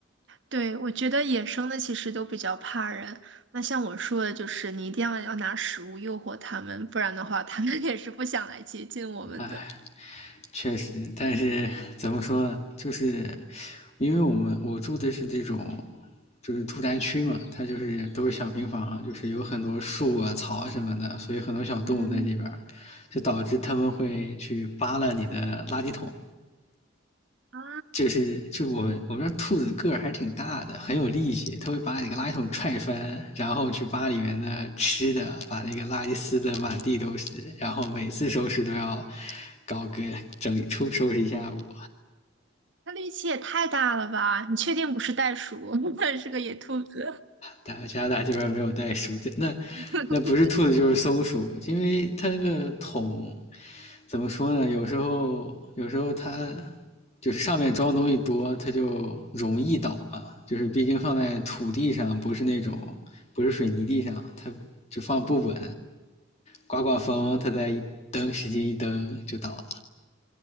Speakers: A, on the right (about 55°); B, on the left (about 30°).
A: 对，我觉得野生的其实都比较怕人。那像我说的，就是你一定要要拿食物诱惑它们，不然的话，它们也是不想来接近我们的。
B: 唉。确实，但是怎么说呢？就是因为我们我住的是这种，就是住宅区嘛，它就是都是小平房，就是有很多树啊、草啊什么的，所以很多小动物在这边儿，
A: 嗯
B: 就导致他们会去扒拉你的垃圾桶。
A: 啊，
B: 就是就我们我们这兔子个儿还挺大的，很有力气，它会把你个垃圾桶踹翻，然后去扒里面的吃的，把那个垃圾撕的满地都是，然后每次收拾都要搞个整理出收拾一下午。
A: 那力气也太大了吧？你确定不是袋鼠，<laughs> 是个野兔子？
B: 大加拿大这边没有袋鼠，这那
A: <laughs>
B: 那不是兔子就是松鼠，因为它那个桶怎么说呢？有时候有时候它就是上面装东西多，它就容易倒啊。就是毕竟放在土地上，不是那种不是水泥地上，它就放不稳，刮刮风，它再一蹬，使劲一蹬就倒了